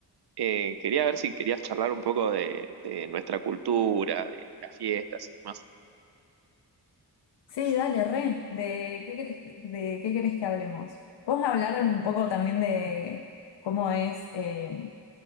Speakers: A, on the right (about 70°); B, on the left (about 85°).
A: Eh, quería ver si querías charlar un poco de, de nuestra cultura, de las fiestas y demás.
B: Sí, dale, re. ¿De qué querés, que- de qué querés que hablemos? Vamos a hablar un poco también de cómo es eh,